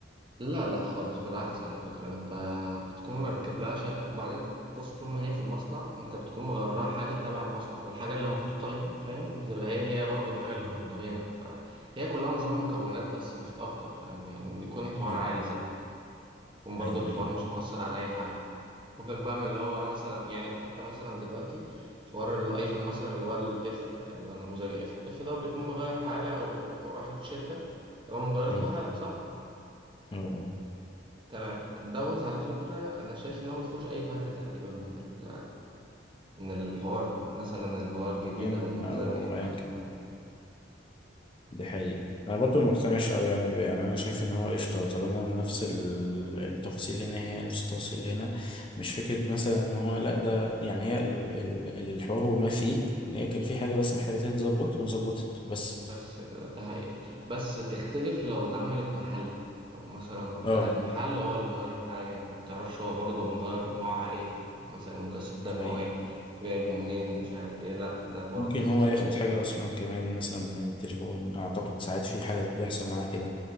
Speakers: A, on the right; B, on the left.
A: لا لا خالص بالعكس على فكرة انت بتكون مركب لها شيء وبعدين تبص طول ما هي في المصنع انت بتكون مغير لها حاجة تبع المصنع والحاجة اللي محطوطة هنا فاهم بتبقى هي هي برضو الحاجة اللي
B: مم.
A: محطوطة هنا فهي كلها نظام مكونات بس مش اكتر فاهم يعني بيكون الحوار
B: فاهم.
A: عادي سهل بيكون برضو
B: أيوه
A: الحوار
B: أيوه
A: مش مؤثر على اي حاجة فكك بقى من اللي هو بقى مثلا يعني حتى مثلا دلوقتي حوار الايفون مثلا اللي هو الاف ده اللي هو نموذج اف اف ده بيكون مغير حاجة او راح الشركة تمام وغيرت
B: أه
A: له حاجة صح
B: أه أه.
A: تمام دوت على فكرة أنا شايف إن هو مفهوش أي فرق تقريبا من ال... من الحوار مثلا اللي هو الجديد
B: أم-
A: أو نموذج
B: أو
A: إم
B: أيا
A: أو
B: كان
A: النموذج
B: دي حقيقة انا برضو ما بقتنعش قوي يعني ب- يعني انا شايف ان هو قشطة طالما نفس ال- التفاصيل اللي هنا هي نفس التفاصيل اللي هنا مش فكرة مثلا ان هو لا ده يعني هي ال- ال- الحوار وما فيه ان هي كان في حاجة بس محتاجة تتظبط واتظبطت بس
A: بس كده ده حقيقة بس تختلف لو اتعملت محلي لو مثلا وداها
B: اه
A: لمحل هو اللي غير الحاجة أنت متعرفش هو برضه مغير نوعها إيه مثلا المكثف
B: دي
A: ده
B: حقيقة
A: نوعه إيه جايبه منين مش عارف إيه لأ ده برضه
B: ممكن
A: بتختلف
B: هو ياخد حاجة
A: يعني
B: اصلا كمان مثلا من التليفون اعتقد ساعات في حالات بيحصل معاها كده